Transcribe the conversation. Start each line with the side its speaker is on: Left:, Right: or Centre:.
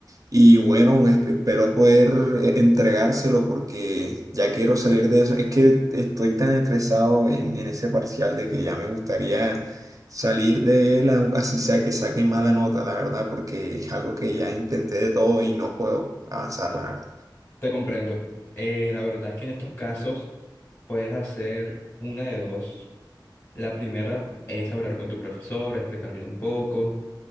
Right: y bueno, es- espero poder eh, entregárselo porque ya quiero salir de eso. Es que estoy tan estresado en, en ese parcial de que ya me gustaría salir de él, au- así sea que saque mala nota, la verdad, porque es algo que ya intenté de todo y no puedo avanzar, la verdad.
Left: Te comprendo. Eh, la verdad es que en estos casos puedes hacer una de dos. La primera es hablar con tu profesor, explicarle un poco